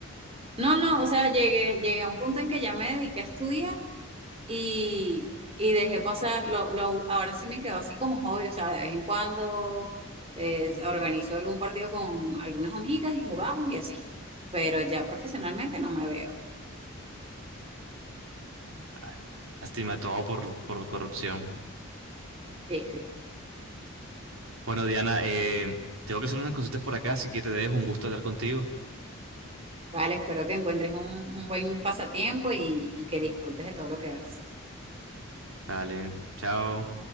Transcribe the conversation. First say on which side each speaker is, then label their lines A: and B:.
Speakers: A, on the right; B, on the right.
A: No, no, o sea, llegué, llegué a un punto en que ya me dediqué a estudiar y, y dejé pasar, lo, lo, ahora sí me quedó así como hobby, o sea, de vez en cuando eh, organizo algún partido con algunas amigas y jugamos y así, pero ya profesionalmente no me veo.
B: ah, lástima todo por, por corrupción.
A: Sí, sí.
B: Bueno, Diana, eh, tengo que hacer unas cositas por acá, así que te dejo un gusto hablar contigo.
A: Vale, espero que encuentres un, un buen pasatiempo y, y que disfrutes de todo lo que haces.
B: Dale, chao.